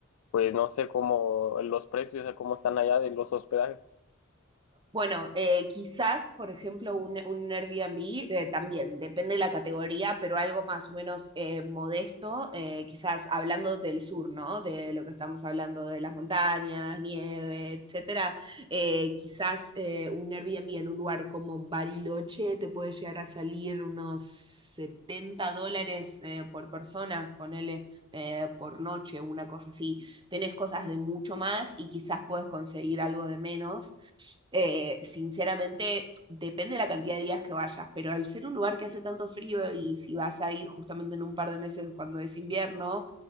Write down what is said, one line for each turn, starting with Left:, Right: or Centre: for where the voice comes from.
Left: pues no sé cómo los precios, eh, cómo están allá de los hospedajes.
Right: Bueno, eh, quizás, por ejemplo, un, un Airbnb eh, también, depende de la categoría, pero algo más o menos eh, modesto, eh, quizás hablando del sur, ¿no? De lo que estamos hablando de las montañas, nieve, etcétera. eh, quizás eh, un Airbnb en un lugar como Bariloche te puede llegar a salir unos 70 dólares eh, por persona, ponele eh, por noche, una cosa así. Tenés cosas de mucho más y quizás puedes conseguir algo de menos eh, sinceramente, depende de la cantidad de días que vayas, pero al ser un lugar que hace tanto frío y si vas a ir justamente en un par de meses cuando es invierno,